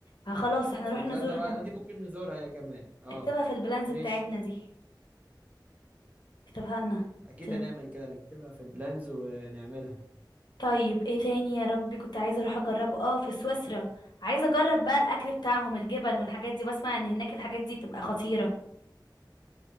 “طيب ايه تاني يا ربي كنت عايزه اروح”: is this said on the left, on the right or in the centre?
Left